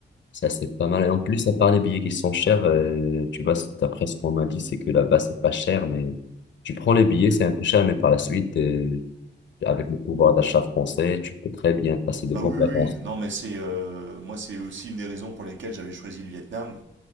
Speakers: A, on the left; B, on the right.
A: Ça, c'est pas mal. Et en plus, à part les billets qui sont chers, euh, tu vois, c'est- d'après ce qu'on m'a dit, c'est que là-bas, c'est pas cher, mais tu prends les billets, c'est un peu cher, mais par la suite, euh, avec le pouvoir d'achat français, tu peux très bien passer de
B: Ah
A: bonnes
B: oui,
A: vacances.
B: oui, oui. non, mais c'est euh, moi, c'est aussi une des raisons pour lesquelles j'avais choisi le Vietnam.